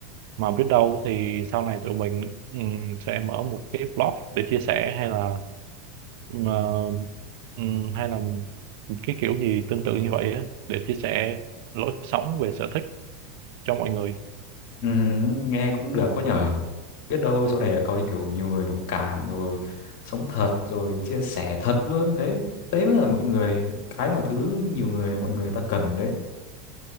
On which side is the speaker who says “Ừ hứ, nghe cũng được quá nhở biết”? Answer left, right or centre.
Left